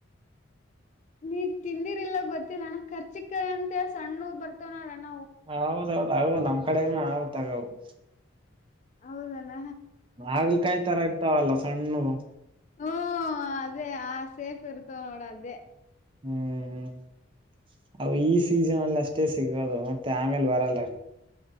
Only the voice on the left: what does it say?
ನೀ ತಿಂದಿರ್ ಇಲ್ಲ ಬರ್ತ್ತಿಲ್ಲ ಅಣ್ಣ ಕರ್ಚಿಕಾಯಿ ಅಂತ ಸಣ್ಣ ಬರ್ತವ ನೋಡಣ
ಹೌದಲ್ಲ
ಹ್ಮ್ ಅದೇ ಆ ಸೇಫ್ ಇರ್ತವ ನೋಡ ಅದೇ